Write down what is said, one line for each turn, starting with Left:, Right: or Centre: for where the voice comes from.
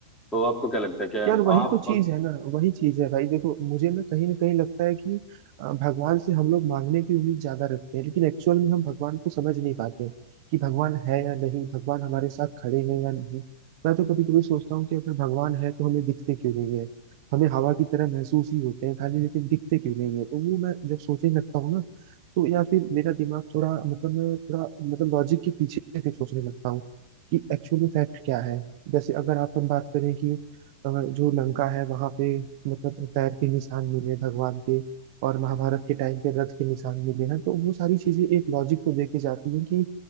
Left: तो आपको क्या लगता है क्या
Right: यार वही
Left: आप
Right: तो चीज है ना वही चीज है भाई देखो मुझे ना कहीं ना कहीं लगता है कि अ, भगवान से हम लोग मांगने की उम्मीद ज्यादा रखते हैं लेकिन एक्चुअल में हम भगवान को समझ नहीं पाते कि भगवान है या नहीं भगवान हमारे साथ खड़े हैं या नहीं मैं तो कभी कभी सोचता हूँ कि अगर भगवान है तो हमें दिखते क्यों नहीं है हमें हवा की तरह महसूस ही होते हैं खाली लेकिन दिखते क्यों नहीं है तो वो मैं जब सोचने लगता हूँ ना तो या फिर मेरा दिमाग थोड़ा मतलब मैं थोड़ा मतलब लॉजिक के पीछे फिर सोचने लगता हूँ कि एक्चुअल में फैक्ट क्या है जैसे अगर अपन बात करें कि अ, जो लंका है वहां पे मतलब पैर के निशान मिले भगवान के और महाभारत के टाइम पे रथ के निशान मिले हैं तो वो सारी चीजें एक लॉजिक को देके जाती हैं कि